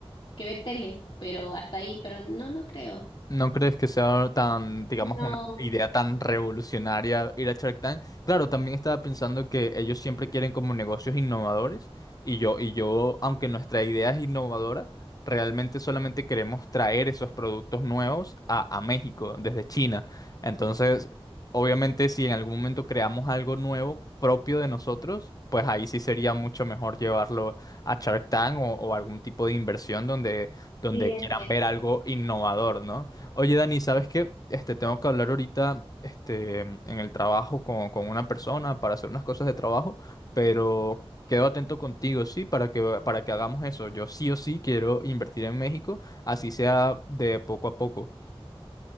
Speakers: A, on the left; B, on the left.
A: que ve tele, pero hasta ahí, pero no, no creo.
B: ¿No crees que sea tan, digamos,
A: No,
B: una idea tan revolucionaria ir a Shark Tank? Claro, también estaba pensando que ellos siempre quieren como negocios innovadores y yo, y yo, aunque nuestra idea es innovadora, realmente solamente queremos traer esos productos nuevos a, a México desde China. Entonces, obviamente, si en algún momento creamos algo nuevo propio de nosotros, pues ahí sí sería mucho mejor llevarlo a Shark Tank o, o algún tipo de inversión donde, donde
A: sí,
B: quieran
A: así
B: ver algo innovador, ¿no? Oye, Dani, ¿sabes qué? Este, tengo que hablar ahorita, este, en el trabajo con, con una persona para hacer unas cosas de trabajo, pero quedo atento contigo, sí, para que, para que hagamos eso. Yo sí o sí quiero invertir en México, así sea de poco a poco.